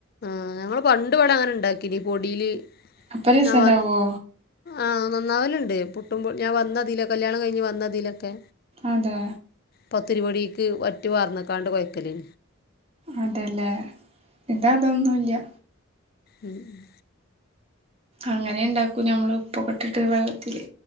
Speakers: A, on the left; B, on the right.
A: ആഹ് ഞങ്ങള് പണ്ട്വിട അങ്ങനെ ഇണ്ടാക്കീന് പൊടില്
B: അപ്പൊ രസണ്ടാവോ
A: ആഹ് വ ആഹ് നന്നാവലുണ്ട് പുട്ടുമ്പോ ഞാൻ വന്നതില കല്യാണം കഴിഞ്ഞ് വന്നതിലക്കെ
B: അതെ
A: പത്തിരിപൊടീക്ക് വറ്റ്പാർന്നക്കാണ്ട് കൊയക്കല്
B: അതെല്ലേ ഇതതൊന്നുല്യ
A: ഉം ഉം
B: അങ്ങനെണ്ടാക്കൂ ഞമ്മള് ഉപ്പൊക്കെട്ടിട്ട് വെള്ളത്തില്